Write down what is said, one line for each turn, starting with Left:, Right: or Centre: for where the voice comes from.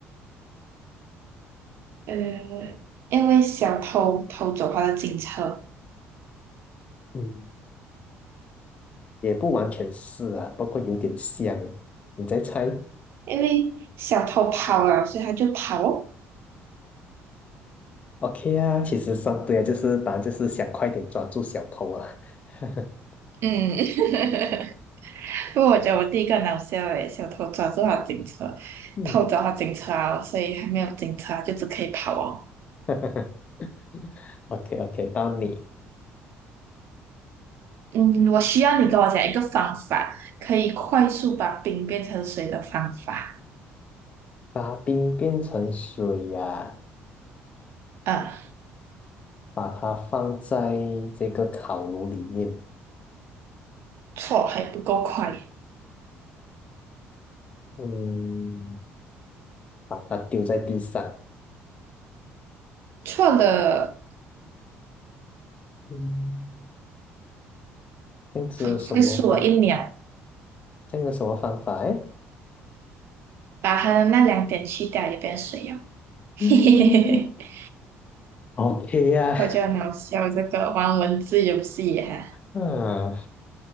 Right: 呃，因为小偷偷走他的警车，
Left: 嗯，也不完全是啊，不过有点像。你再猜
Right: 因为小偷跑了，所以他就跑哦。
Left: ？OK 啊，其实算对啊，就是答案就是想快点抓住小偷啊。<laughs>
Right: 嗯，<laughs> 不过我觉得我第一个很好笑诶，小偷抓住他警车，
Left: 嗯
Right: 偷走他警车啊，所以还没有警车就只可以跑哦。
Left: <laughs>，OK OK，到你。
Right: 嗯，我需要你跟我讲一个方法，可以快速把冰变成水的方法。
Left: 把冰变成水呀、
Right: 啊，
Left: 把它放在这个烤炉里面，
Right: 错还不够快，
Left: 嗯，把它丢在地上，
Right: 错了
Left: 嗯，这样子有什么方？
Right: 很快速了一秒，
Left: 这样有什么方法？哎，
Right: 把它的那两点去掉就变水了。<laughs>
Left: 嗯
Right: 嘿嘿嘿嘿，
Left: ，OK 呀、
Right: 我觉得很好笑这个玩文字游戏哈。
Left: 嗯